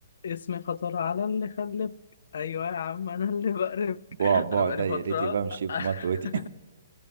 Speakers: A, on the left (about 65°); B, on the right (about 65°).
A: اسمي خطر على اللي خلفك ايوه يا عم انا اللي بقرفك
B: بعبع
A: <laughs>
B: بعبع
A: انا بقالي
B: دايرتي
A: فتره
B: بمشي بمطوتي
A: <laughs>